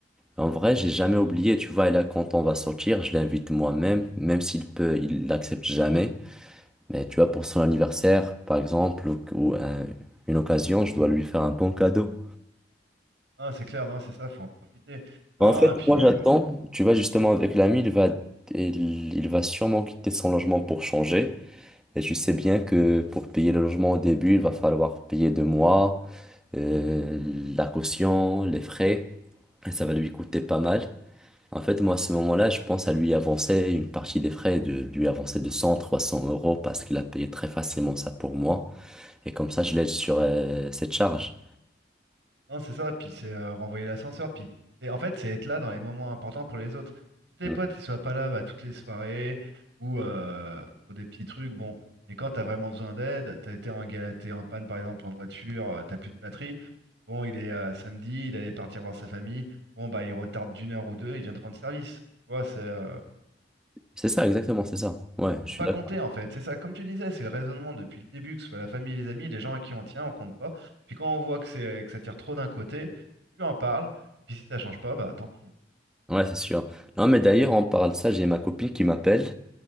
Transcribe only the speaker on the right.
Non, c'est clair, non, c'est ça, faut en profiter. Non,
et puis
euh,
Non, c'est ça, puis c'est euh, renvoyer l'ascenseur, puis c'est en fait c'est être là dans les moments importants pour les autres. Que tes
potes ils soient pas là bah, toutes les soirées ou euh, pour des petits trucs, bon, mais quand t'as vraiment besoin d'aide, t'as été en galère, t'es en panne par exemple en voiture, euh, t'as plus de batterie, bon il est euh, samedi, il allait partir voir sa famille, bon bah il retarde d'une heure ou deux, il vient te rendre service. Tu vois, c'est euh,
faut
pas
compter en fait, c'est ça, comme tu disais, c'est le raisonnement depuis le début, que ce soit la famille et les amis, les gens à qui on tient, on compte pas. Puis quand on voit que c'est que ça tire trop d'un côté, tu en parles, et puis si ça change pas, bah tant pis. hein.